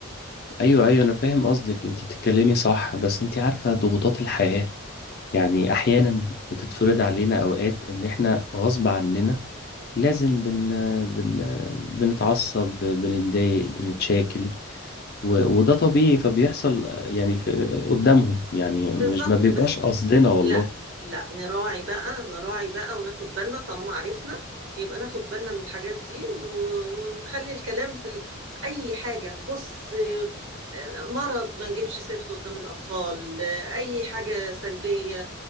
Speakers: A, on the left; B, on the right.
A: ايوه ايوه انا فاهم قصدك انت بتتكلمي صح بس انت عارفه ضغوطات الحياه يعني احيانا بتتفرض علينا اوقات ان احنا غصب عننا لازم بن بن بنتعصب بنتضايق بنتشاكل و... وده طبيعي فبيحصل يعني في... قدامهم يعني مش
B: بالظبط
A: ما بيبقاش
B: بس
A: قصدنا والله
B: لا لا نراعي بقى نراعي بقى وناخد بالنا طالما عرفنا يبقى ناخد بالنا من الحاجات دي و- ونخلي الكلام في ال... أي حاجة بص آه، آه، مرض ما نجيبش سيرته قدام الأطفال آه، أي حاجة سلبية